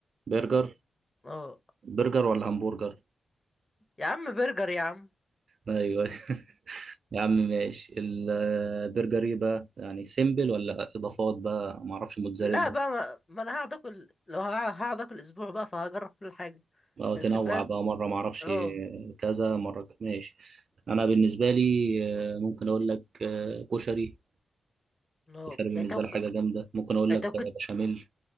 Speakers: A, on the right; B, on the left.
A: برجر
B: اه
A: برجر ولا همبرجر
B: يا عم برجر يا عم
A: ايوه <laughs> يا عم ماشي البرجر ايه بقى يعني سيمبل ولا اضافات بقى ما اعرفش موتزاريلا
B: لا بقى ما, ما انا هقعد اكل لو هع- هقعد اكل اسبوع بقى فهجرب كل حاجه
A: اه
B: انت
A: تنوع
B: فاهم
A: بقى مرة معرفش
B: اه
A: كذا مرة ك- ماشي أنا بالنسبة لي آه، ممكن أقول لك آه، كشري
B: اه
A: كشري
B: يعني
A: بالنسبة
B: انت ممكن
A: لي حاجة جامدة ممكن أقول
B: انت
A: لك
B: ممكن
A: آه، بشاميل